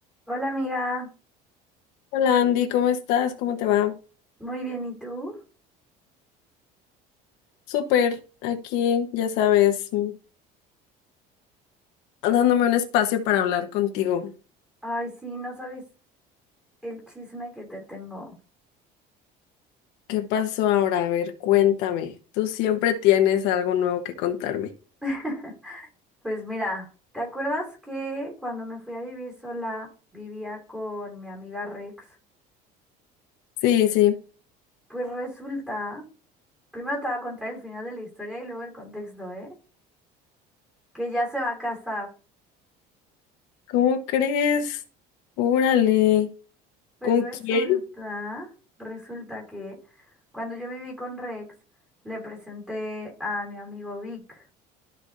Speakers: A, in the centre; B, on the left.
A: Hola amiga,
B: Hola Andy, ¿cómo estás? ¿Cómo te va?
A: muy bien, ¿y tú?
B: Súper, aquí, ya sabes, mm, dándome un espacio para hablar contigo.
A: Ay, sí, no sabes el chisme que te tengo.
B: ¿Qué pasó ahora? A ver, cuéntame. Tú siempre tienes algo nuevo que contarme.
A: <laughs> Pues mira, ¿te acuerdas que cuando me fui a vivir sola vivía con mi amiga Rex?
B: Sí, sí.
A: Pues resulta, primero te voy a contar el final de la historia y luego el contexto, ¿eh? Que ya se va a casar.
B: ¿Cómo crees? Órale.
A: Pues
B: ¿Con
A: resulta,
B: quién?
A: resulta que cuando yo viví con Rex, le presenté a mi amigo Vic.